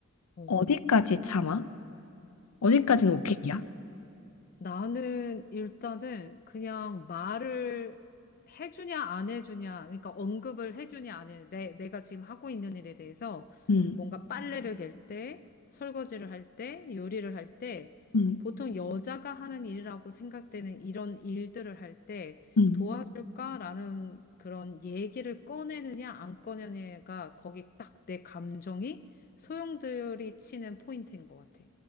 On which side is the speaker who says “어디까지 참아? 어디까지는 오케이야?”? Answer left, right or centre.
Left